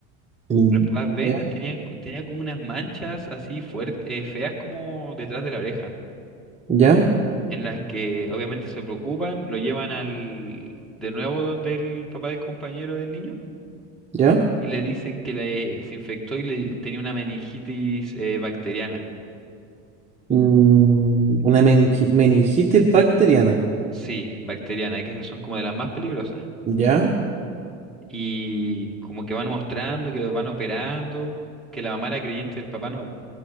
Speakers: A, on the right; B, in the centre.
A: mm,
B: Los papás ven
A: ya,
B: y tenían, tenía como unas manchas así fuertes, feas como detrás de la oreja,
A: ya,
B: en las que obviamente se preocupan, lo llevan al de nuevo donde el papá del compañero del niño
A: ya,
B: y le dicen que le, se infectó y le tenía una meningitis eh, bacteriana.
A: Mm, una menji- meningitis bacteriana,
B: Sí, bacteriana, que esas son como de las más peligrosas.
A: ya,
B: y como que van mostrando que los van operando, que la mamá era creyente del papá no.